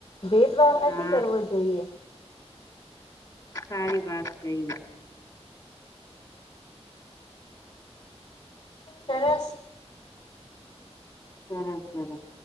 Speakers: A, on the left; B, on the left.
A: ભેદભાવ
B: હા
A: નથી કરવો જોઈએ.
B: સારી વાત કહી.
A: સરસ
B: સરસ સરસ.